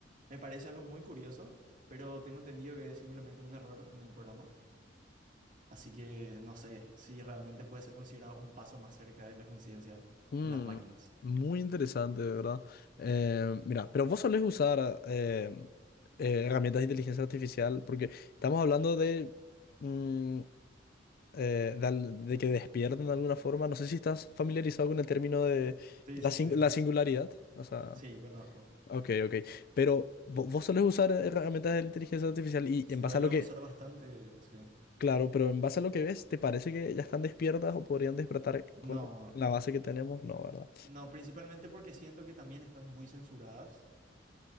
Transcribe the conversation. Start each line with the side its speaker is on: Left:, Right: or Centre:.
Right: Me parece algo muy curioso, pero tengo entendido que es simplemente un error en el programa, así que no sé si realmente puede ser considerado un paso más cerca de la conciencia
Left: Mm,
Right: de las máquinas.
Left: muy interesante, de verdad. Eh, mira, pero vos solés usar eh, eh, herramientas de inteligencia artificial porque estamos hablando de, mm, eh, de, al- de que despierten de alguna forma. No sé si estás familiarizado con el término de
Right: Sí,
Left: la,
Right: sí,
Left: sin-
Right: sí.
Left: la singularidad. O sea,
Right: Sí, conozco.
Left: ok, ok. Pero vo- vos solés usar herramientas de inteligencia artificial y
Right: Suelo
Left: en base a lo que
Right: usar bastante, sí.
Left: Claro, pero en base a lo que ves, ¿te parece que ya están despiertas o podrían despertar
Right: No,
Left: con la base que tenemos? No, ¿verdad?
Right: no, principalmente porque siento que también están muy censuradas.